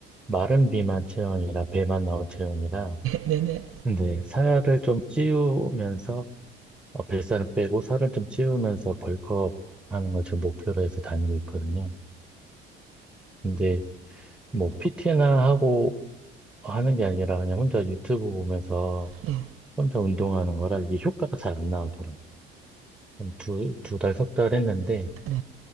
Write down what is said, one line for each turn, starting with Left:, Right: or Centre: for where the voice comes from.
Centre: 마른 비만 체형이라 배만 나온 체형이라
Right: 네네.
Centre: 근데 살을 좀 찌우면서 어, 뱃살을 빼고 살을 좀 찌우면서 벌크업 하는 걸 지금 목표로 해서 다니고 있거든요. 근데 뭐 PT나 하고 하는 게 아니라 그냥 혼자 유튜브 보면서
Right: 네,
Centre: 혼자 운동하는 거라 이게 효과가 잘 안 나오더라고요. 한 두, 두 달, 석 달 했는데,
Right: 네,